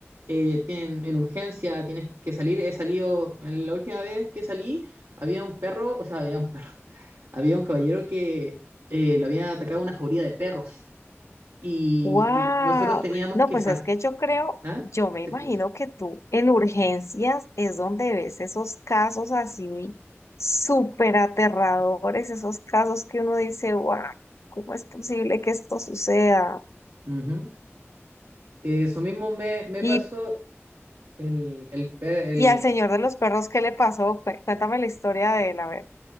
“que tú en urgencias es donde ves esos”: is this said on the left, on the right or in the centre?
Left